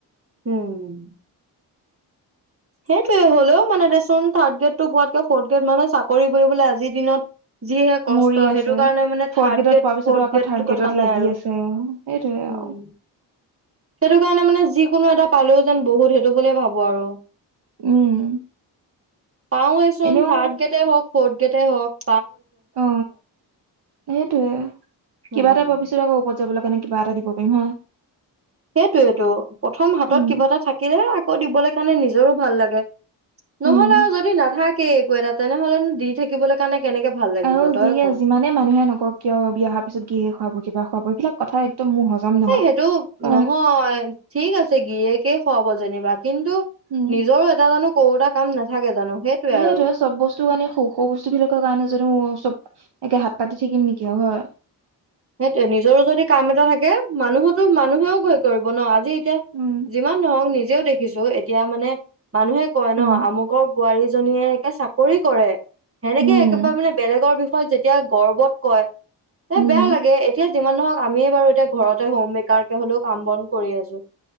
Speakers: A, on the right; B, on the right.
A: হম। সেইটোৱে, হ'লেও মানে দেচোন থাৰ্ড গ্ৰেডটো পোৱাতকে ফৰ্থ গ্ৰেড মানহ চাকৰি বুলিবলে আজিৰ দিনত যিহে কষ্ট
B: মৰি আছে।
A: সেইটো কাৰণে মানে
B: ফৰ্থ
A: থাৰ্ড
B: গ্ৰেডত
A: গ্ৰেড,
B: পোৱাৰ পিছতো
A: ফৰ্থ
B: আকৌ
A: গ্ৰেডটো
B: থাৰ্ড গ্ৰেডত
A: কথা নাই
B: লাগি
A: আৰু। হম।
B: আছে সেইটোৱে আৰু
A: সেইটো কাৰণে মানে যিকোনো এটা পালেও যেন বহুত সেইটো বুলিয়ে ভাবোঁ আৰু।
B: উম।
A: পাওয়ে চোন
B: এনেও
A: থাৰ্ড গ্ৰেডে হওঁক, ফৰ্থ গ্ৰেডে হওঁক।
B: অ সেইটোৱে,
A: উম
B: কিবা এটা পোৱা পিছত আকৌ উপ যাবলৈ কাৰণে কিবা এটা দিব পাৰিম হয়।
A: সেইটোয়েইটো, প্ৰথম হাতত
B: উম
A: কিবা এটা থাকিলে আকৌ দিবলৈ কাৰণে নিজৰো ভাল লাগে।
B: উম।
A: নহ'লে আৰু যদি নাথাকে একো এটা তেনেহ'লেনো দি থাকিবলৈ কাৰণে কেনেকে ভাল লাগিব
B: আৰু
A: তই
B: যিয়ে
A: ক
B: যিমানে মানুহে নকক কিয় বিয়া হাৰ পিছত গিৰিয়েহে খোৱাব কিবা খোৱাব এইবিলাক কথা একদম মোৰ হজম নহয়।
A: এ সেইটো
B: কাৰণ
A: নহয় ঠিক আছে গিৰিয়েকে খুৱাব যেনিবা কিন্তু
B: উম
A: নিজৰো এটা জানো কৰোটা কাম নাথাকে জানো। সেইটোৱে
B: দেই
A: আৰু
B: তে চব বস্তু কাৰণে সৰু সৰু বস্তু বিলাকৰ কাৰণে যদিও চব একে হাত পাতি থাকিম নেকি। নহয়।
A: সেইটোয়ে নিজৰো যদি কাম এটা থাকে মানুহতো মানুহেও ভয় কৰিব ন আজি এতিয়া
B: উম
A: যিমান নহক নিজেও দেখিছো এতিয়া মানে মানুহে কয়
B: উম
A: ন আমুকৰ বোৱাৰীজনীয়ে সে চাকৰি কৰে সেনেকে
B: উম
A: একেবাৰে মানে বেলেগৰ বি বিষয়ে যেতিয়া গৰ্বত কয় এ
B: উম
A: বেয়া লাগে এতিয়া যিমান নহওক আমিয়ে বাৰু এতিয়া ঘৰতে হোম মেকাৰ কে হলেও কাম বন কৰি আছো।